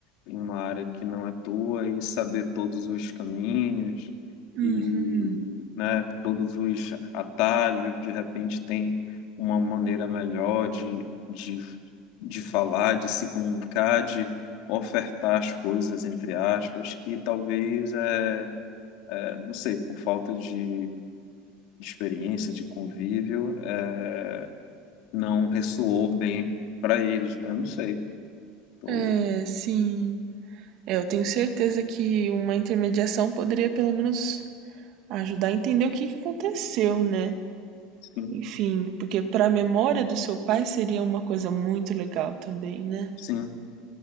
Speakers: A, on the left (about 65°); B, on the right (about 55°).
A: em uma área que não é tua e saber todos os caminhos
B: Uhum.
A: e, né, todos os atalhos. De repente tem uma maneira melhor de, de, de falar, de se comunicar, de ofertar as coisas, entre aspas, que talvez, é, é, não sei, por falta de de experiência, de convívio, é, não ressoou bem para eles, né? Não sei. Tô-
B: É, sim. É, eu tenho certeza que uma intermediação poderia pelo menos ajudar a entender o que que aconteceu, né?
A: Sim,
B: Enfim, porque para a memória do seu pai seria uma coisa muito legal também, né?
A: sim,